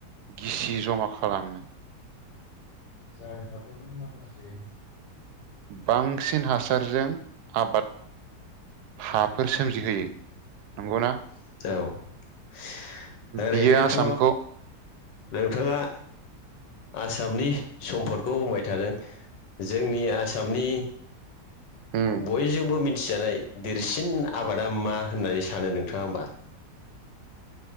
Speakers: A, on the right; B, on the left.
A: गिसि जमा खालामो।
B: जाय हादरनि माखासे
A: बांसिन हासारजों आबाद। हाफोर
B: नाफोर सोमजिदों
A: सोमजिहोयो
B: नंगौ
A: नंगौना
B: ना? औ। ओरैनोथ'
A: बियो आसामखौ
B: नोंथाङा। आसामनि सम्पदखौ बुंबाय थादों जोंनि आसामनि
A: उम
B: बयजोंबो मिथिजानाय देरसिन आबादा मा होननानै सानो नोंथाङा होमबा।